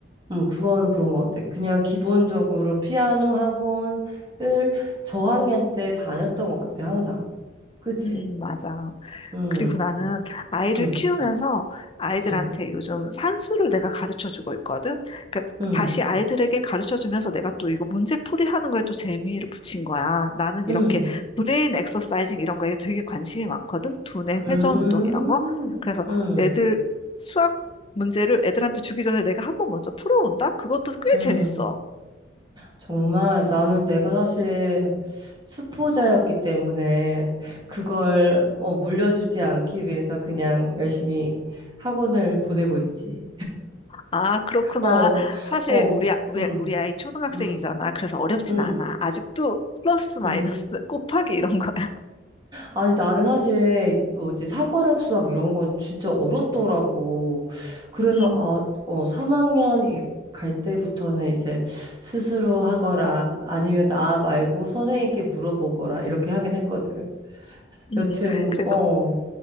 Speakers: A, on the right; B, on the left.
A: 음, 그거는 그런 것 같아. 그냥 기본적으로 피아노 학원을 저학년 때 다녔던 것 같아, 항상. 그치?
B: 음 맞아.
A: 음,
B: 그리고 나는 아이를
A: 음,
B: 키우면서 아이들한테
A: 음,
B: 요즘 산수를 내가 가르쳐 주고 있거든. 그러니까
A: 음,
B: 다시 아이들에게 가르쳐 주면서 내가 또 이거 문제풀이 하는 거에 또 재미를 붙인 거야. 나는 이렇게
A: 음,
B: 브레인 엑서사이징 이런 거에 되게 관심이 많거든. 두뇌
A: 음,
B: 회전 운동 이런 거. 그래서
A: 음,
B: 애들 수학 문제를 애들한테 주기 전에 내가 한번 먼저 풀어본다? 그것도 꽤
A: 음,
B: 재밌어.
A: 정말 나는 내가 사실 수포자였기 때문에 그걸 어, 물려주지 않기 위해서 그냥 열심히 학원을 보내고 있지.
B: 아, 그렇구나.
A: 어,
B: 사실
A: 어,
B: 우리, 아- 우리,
A: 음,
B: 우리 아이 초등학생이잖아.
A: 음,
B: 그래서 어렵진
A: 음,
B: 않아. 아직도 플러스 마이너스
A: 음.
B: <laughs> 곱하기 이런 거야.
A: 아니, 나는 사실 뭐지, 사고력 수학 이런 건 진짜 어렵더라고. 그래서,
B: 음,
A: 아, 어, 3학년 이, 갈 때부터는 이제 스스로 하거라, 아니면 나 말고 선생님께 물어보거라, 이렇게 하긴 했거든.
B: 음.
A: 여튼,
B: 그래도
A: 어,